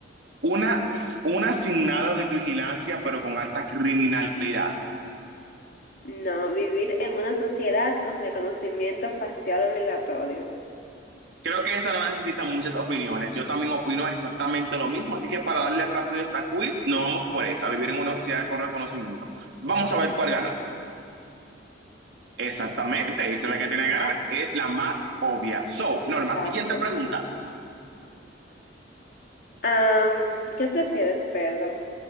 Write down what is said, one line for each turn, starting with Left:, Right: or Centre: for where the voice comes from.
Right: una, una sin nada de vigilancia, pero con alta criminalidad?
Left: No, vivir en una sociedad con reconocimiento facial obligatorio.
Right: Creo que esa no necesita muchas opiniones. Yo también opino exactamente lo mismo, así que para darle rápido esta quiz, no vamos por esa, vivir en una sociedad con reconocimiento. Vamos
Left: Claro,
Right: a ver cuál ganó. Exactamente, esa es la que tiene que ganar, es la más obvia. So,
Left: Exacto.
Right: Norma, siguiente pregunta.
Left: Am, ¿qué prefieres, Pedro?